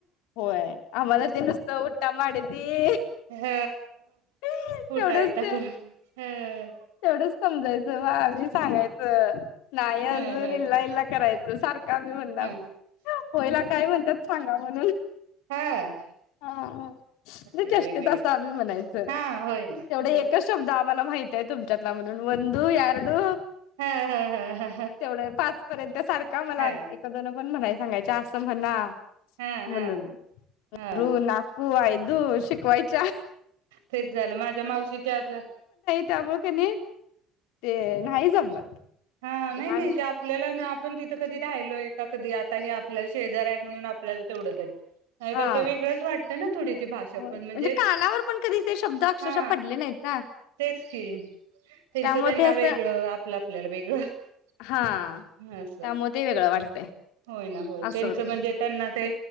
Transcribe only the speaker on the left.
होय आम्हाला ते नुसतं उटा माडीती
तेवढच
ते
तेवढच समजायचं वा मी सांगायचं
नाही अजून
इला-इला करायचं. <inaudible> का बी म्हणताव
होय हेला काय म्हणत्यात सांगा म्हणून
हा-हा-हा मी
चेष्ट्येत असतो. आम्ही म्हणायचं
तेवढे एकच शब्द आमी मला माहिती आहे तुमच्यातला म्हणून वन वंदू, यारडू
तेवढ पाच पर्यंत सारख आम्हाला
एक, दोन पण म्हणायचे. सांगायच्या अस म्हणा
म्हणून
मरूना हो आय दु शिकवायच्या.
त्यामुळं त्यांनी ते नाही जमत.
लहान
हा
होय
कानावर पण कधी ते शब्द अक्षरशः
पडले नाहीत ना
त्यामुळे
ते असं
हा
त्यामुळे ते वेगळं वाटतंय
असं
होतंय